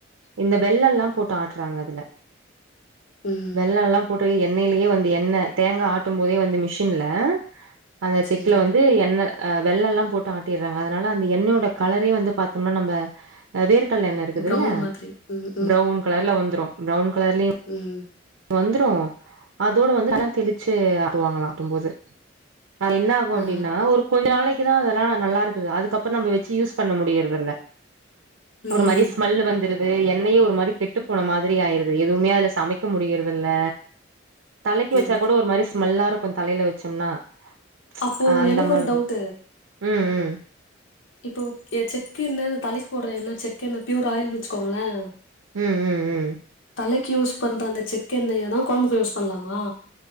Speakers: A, on the right; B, on the left.
A: இந்த வெள்ளோல்லா போட்டு ஆட்டுறாங்க அதுல
B: ம்.
A: வெள்ளோல்லா போட்டு எண்ணெயிலயே வந்து எண்ணெ தேங்கா ஆட்டும் போதே வந்து மிஷின்ல அந்த செக்ல
B: சரி.
A: வந்து என்ன அ வெள்ள ல்லா போட்டு ஆட்டிறாங்க அதனால அந்த எண்ணெயோட கலரே வந்து பாத்தோம்னா நம்ப வேர்கல்ல எண்ண இருக்குதுல்ல
B: ப்ரவுன் மாதிரி. ம்,
A: பிரவுன் கலர்ல வந்துரும பிரவுன் கலர்லயு
B: உம்
A: வந்துரு அதோட வந்து அதெல்லா தெளிச்சு ஆட்டுவாங்களா ஆட்டும்போது அது என்ன ஆகு அப்டின்னா
B: ஆ.
A: ஒரு கொஞ்ச நாளைக்குதா அதெல்லா நல்லா இருக் அதுக்கப்றோ நம்ப வெச்சி யூஸ் பண்ண முடியறது இல்ல
B: ம்,
A: ஒரு மாரி ஸ்மெல் வந்துரு து எண்ணயு ஒரு மாரி கெட்டு போன மாதிரி ஆயிருது எதுவுமே அதுல சமைக்க முடியறதுல்ல தலைக்கு
B: ம்.
A: வச்சா கூட ஒரு மாறி ஸ்மெல்லா இருக்கும் தலைல வச்சோம்னா அ
B: அப்போ
A: அந்த
B: எனக்கு
A: மாறி
B: ஒரு டவுட்
A: ம் ம்
B: இப்போ எ செக்கெண்ணெ இந்த தலைக்கு போட்ற எண்ணெ செக்கெண்ண பியூர் ஆயில்னு வச்சுக்கோங்களன்
A: ம்ம்ம்
B: தலைக்கு யூஸ் பண்ற அந்த செக்க்கு எண்ணெய்யா தான் கொழம்புக்கு யூஸ் பண்ணலாமா